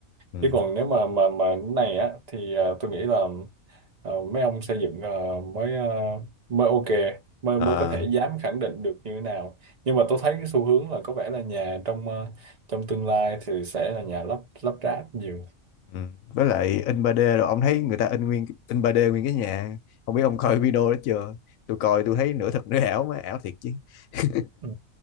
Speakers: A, on the left; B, on the right.
A: ừ.
B: chứ còn nếu mà mà mà cái này á thì à, tôi nghĩ là ờ, mấy ông xây dựng ờ, mới ờ, mới ok mới
A: Ờ,
B: mới có thể dám khẳng định được như thế nào nhưng mà tôi thấy cái xu hướng là có vẻ là nhà trong ờ, trong tương lai thì sẽ là nhà lắp lắp ráp nhiều
A: ừ. Với lại in 3D rồi ông thấy người ta in nguyên in 3D nguyên cái nhà. Không biết ông coi video đó chưa? Tôi coi tôi thấy nửa thật nửa ảo mà ảo thiệt chứ. <laughs>
B: ừ.